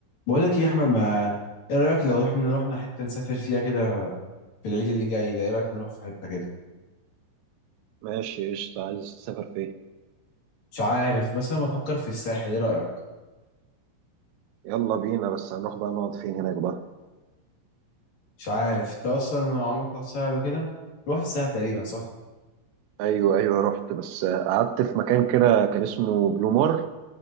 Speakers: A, on the left (about 50°); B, on the right (about 85°).
A: بقول لك يا احمد ما ايه رايك لو احنا رحنا حته نسافر فيها كده في العيد اللي جاي ده ايه رايك نروح في حته كده
B: ماشي قشطة عايز تسافر فين
A: مش عارف بس انا بفكر في الساحل ايه رايك
B: يلا بينا بس هنروح بقى نقعد فين هناك بقى
A: مش عارف انت اصلا عمرك رحت الساحل قبل كده روح الساحل تقريبا صح
B: ايوه ايوه رحت بس قعدت في مكان كده كان اسمه بلومار